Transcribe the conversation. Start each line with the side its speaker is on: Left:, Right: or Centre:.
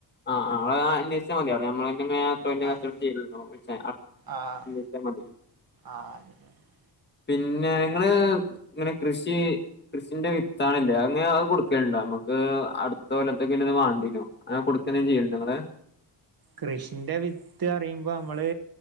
Left: ആഹ് ആ അ അന്വേഷിച്ചാ മതി അവ്ടെ അമ്മൾങ്ങനെ അത്തോളി ന്റെ
Right: ആഹ്
Left: കച്ചോടം ചെയ്
Right: ആഹ്
Left: <unintelligible> അ മതി
Right: ആഹ് <inaudible>
Left: പിന്നെ ങ്ങള് ഇങ്ങനെ കൃഷി കൃഷിന്റെ വിത്താള്ല്ലേ അങ്ങനെ അത് കൊടുക്കലുണ്ടോ നമുക്ക് അടുത്ത കൊലത്തക്ക് ഇല്ലത് വാണ്ടീനു അഹ് കൊടുക്കലും ചെയ്യലിണ്ടോ ങ്ങള്
Right: കൃഷിന്റെ വിത്ത് അറിയുമ്പോ നമ്മള്